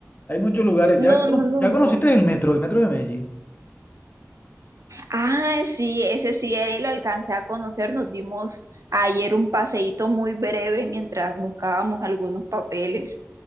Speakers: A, on the left (about 35°); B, on the right (about 80°).
A: Hay muchos lugares. ¿Ya,
B: No,
A: cono-
B: no, no,
A: ya
B: no.
A: conociste el metro, el metro de Medellín?
B: Ah, sí, ese sí, ahí lo alcancé a conocer. Nos dimos ayer un paseíto muy breve mientras buscábamos algunos papeles.